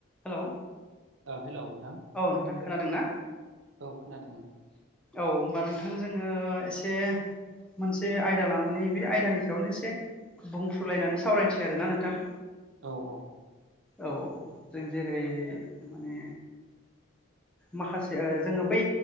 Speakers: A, in the centre; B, on the right.
A: Hello
B: hello नोंथां
A: औ नोंथां खोनादोंना
B: औ खोनादों
A: औ होमबा नोंथां जोङो एसे मोनसे आयदा लानानै बे आयदानि सा सायावनो एसे बुंफ्रुलायनानै सावरायनोसै आरो ना नोंथां
B: औ औ
A: औ जों जेरै माने माखासे ओ जोङो बै